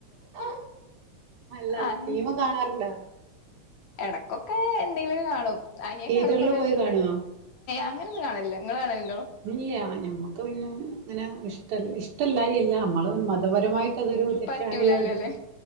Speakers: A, on the right (about 75°); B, on the left (about 75°).
A: ആ അല്ല
B: അങ്ങ്
A: ഫീലിമികാണാറുണ്ടാ?
B: എടക്കൊക്കെ എന്തെങ്കിലും കാണും. അനിയൻ
A: തിയേറ്ററില്
B: കാണുമ്പോങ്ങെ
A: പോയി കാണുവോ
B: അങ്ങനൊന്നും കാണലില്ലാ ങ്ങള്കാണലി
A: ഇല്ല ഞമ്മക്ക് പിന്നെ ഇങ്ങനെ ഇഷ്ട ഇഷ്ടല്ലായിഅല്ല നമ്മള് മത മതപരമായിട്ട് അതൊരു തെറ്റായ
B: പറ്റൂലല്ലോല്ലേ
A: ഒരു